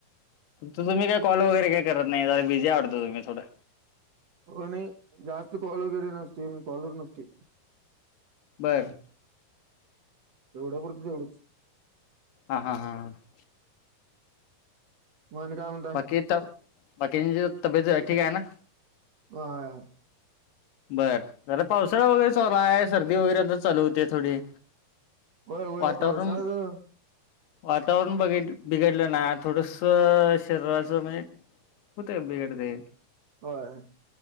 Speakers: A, on the left; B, on the right.
A: तुम् काही कॉल वैे काही करत नाहीला बझी आवत तुम् थोडं
B: हो नाही जास्त कोॉल वगैरीे नसते मी कॉलोर नसते
A: बरं
B: एवढं पुरतं तेवढच
A: हा हा हा ह
B: मग आणि काय म्हन
A: बाकी तर बाकीची तब्येत ठीक आहे ना
B: होय
A: बरं जरा पावसाळा वगैरे चालू आहे सर्दी वगैरे तर चालू होते थोडी
B: होय होय
A: वातावरण
B: पावसाळ्याच
A: वातावरण बघ बिघडलं ना थोडसं शरीराचं म्हणजे होतंय बिगडतंय
B: होय